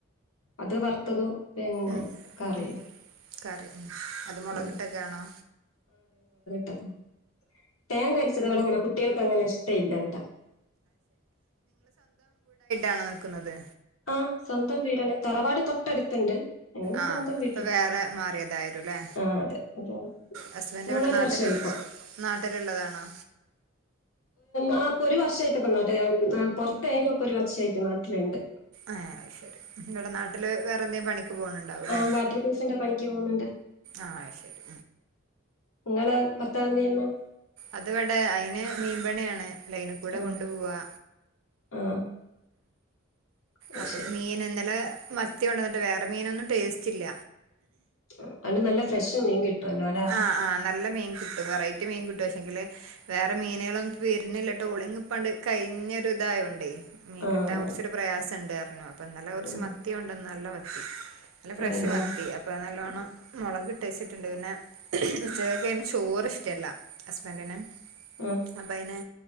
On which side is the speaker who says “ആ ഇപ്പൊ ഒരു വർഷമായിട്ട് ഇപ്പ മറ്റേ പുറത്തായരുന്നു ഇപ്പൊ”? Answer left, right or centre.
Left